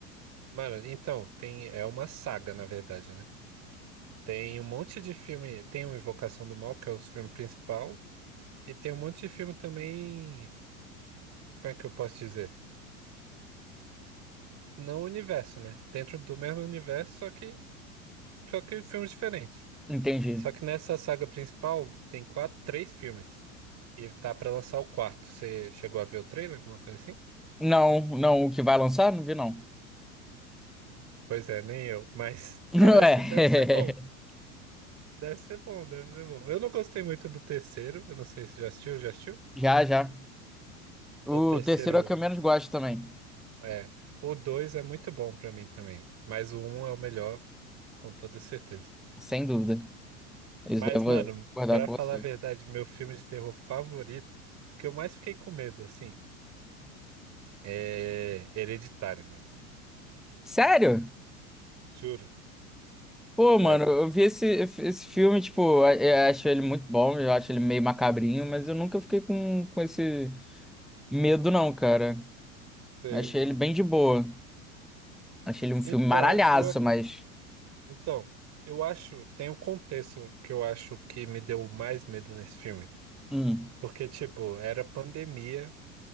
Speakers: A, on the right; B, in the centre.
A: Mano, então, tem, é uma saga, na verdade, né? Tem um monte de filme. Tem o Invocação do Mal, que é o filme principal, e tem um monte de filme também. Como é que eu posso dizer? No universo, né? Dentro do mesmo universo, só que, só que filmes diferentes.
B: Entendi.
A: Só que nessa saga principal tem quatro, três filmes. E tá pra lançar o quarto. Você chegou a ver o trailer, alguma coisa assim?
B: Não, não, o que vai lançar? Não vi, não.
A: Pois é, nem eu, mas <laughs>
B: <laughs>
A: parece,
B: Ué,
A: deve ser bom. Deve ser bom, deve ser bom. Eu não gostei muito do terceiro, eu não sei se já assistiu, já assistiu?
B: <laughs> já, já. O
A: O terceiro
B: terceiro é o que eu menos gosto também,
A: é, o dois é muito bom pra mim também, mas o um é o melhor com toda certeza.
B: sem dúvida. Isso
A: Mas
B: daí eu vou
A: mano,
B: concordar
A: pra
B: com
A: falar
B: você.
A: a verdade, meu filme de terror favorito, que eu mais fiquei com medo assim, é Hereditário, mano.
B: Sério?
A: Juro,
B: Pô,
A: sério.
B: mano, eu vi esse, esse filme, tipo, eu acho ele muito bom, eu acho ele meio macabrinho, mas eu nunca fiquei com, com esse medo, não, cara.
A: Sei.
B: Achei ele bem de boa. Achei ele um filme
A: Então,
B: maralhaço,
A: eu ac-
B: mas.
A: então, eu acho, tem um contexto que eu acho que me deu mais medo nesse filme.
B: Hum,
A: Porque, tipo, era pandemia,